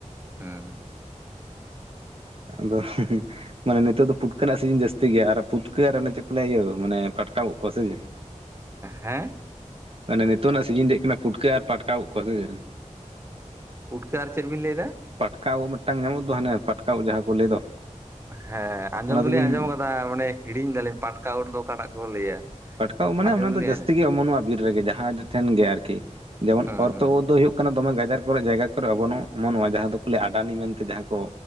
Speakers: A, on the right (about 20°); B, on the right (about 45°).
A: ᱦᱮᱸ
B: ᱟᱫᱚ <unintelligible> ᱢᱟᱱᱮ ᱱᱤᱛᱚᱜ ᱫᱚ ᱯᱩᱴᱠᱟᱹ ᱨᱮᱱᱟᱜ ᱥᱤᱡᱤᱱ ᱡᱟᱹᱥᱛᱤ ᱜᱮᱭᱟ ᱟᱨ ᱯᱩᱴᱠᱟᱹ ᱟᱨ ᱚᱱᱮ ᱪᱮᱫ ᱠᱚ ᱞᱟᱹᱭᱟ ᱤᱭᱟᱹ ᱢᱟᱱᱮ ᱯᱟᱴᱠᱟ ᱩᱫ ᱠᱚ ᱥᱮ ᱪᱮᱫ
A: ᱦᱮᱸ
B: ᱢᱟᱱᱮ ᱱᱤᱛᱚᱜ ᱨᱮᱱᱟᱜ ᱥᱤᱡᱤᱱ ᱫᱚ ᱦᱩᱭᱩᱜ ᱠᱟᱱᱟ ᱯᱩᱴᱠᱟᱹ ᱟᱨ ᱯᱟᱴᱠᱟ ᱩᱫ ᱠᱚᱣᱟᱜ ᱟᱨ ᱥᱮ ᱪᱮᱫ
A: ᱯᱩᱴᱠᱟᱹ ᱟᱨ ᱪᱮᱫ ᱵᱤᱱ ᱞᱟᱹᱭᱮᱫᱟ
B: ᱯᱟᱴᱠᱟ ᱩᱫ ᱢᱤᱫᱴᱟᱝ ᱧᱟᱢᱚᱜ ᱫᱚ ᱦᱟᱱᱮ ᱯᱟᱴᱠᱟ ᱩᱫ ᱡᱟᱦᱟᱸ ᱠᱚ ᱞᱟᱹᱭ ᱫᱚ
A: ᱦᱮᱸ ᱟᱸᱡᱚᱢ
B: ᱚᱱᱟ ᱫᱚᱵᱤᱱ
A: ᱫᱚᱞᱤᱧ ᱟᱸᱡᱚᱢ ᱟᱠᱟᱫᱟ ᱢᱟᱱᱮ ᱦᱤᱲᱤᱧ ᱫᱟᱞᱤᱧ ᱯᱟᱴᱠᱟ ᱩᱴ ᱫᱚ ᱚᱠᱟᱴᱟᱜ ᱠᱚ ᱞᱟᱹᱭᱟ
B: ᱯᱟᱴᱠᱟ ᱩᱫ ᱢᱟᱱᱮ
A: ᱟᱸᱡᱚᱢ
B: ᱚᱱᱟ
A: ᱫᱚᱞᱤᱧ
B: ᱫᱚ ᱡᱟᱹᱥᱛᱤ
A: ᱟᱸᱡᱚᱢ
B: ᱜᱮ ᱚᱢᱚᱱᱚᱜᱼᱟ ᱵᱤᱨ ᱨᱮᱜᱮ ᱡᱟᱦᱟᱸ ᱴᱷᱮᱱ ᱜᱮ ᱟᱨᱠᱤ ᱡᱮᱢᱚᱱ
A: ᱦᱩᱸ
B: ᱚᱨᱛᱩᱫ
A: ᱦᱩᱸ
B: ᱩᱫ ᱫᱚ ᱦᱩᱭᱩᱜ ᱠᱟᱱᱟ ᱫᱚᱢᱮ ᱜᱟᱡᱟᱨ ᱠᱚᱨᱮ ᱡᱟᱭᱜᱟ ᱠᱚᱨᱮ ᱚᱵᱚᱱᱚᱜ ᱚᱢᱚᱱᱚᱜᱼᱟ ᱡᱟᱦᱟᱸ ᱫᱚᱠᱚ ᱞᱟᱹᱭᱟ ᱟᱰᱟᱱᱤ ᱢᱮᱱᱛᱮ ᱡᱟᱦᱟᱸ ᱠᱚ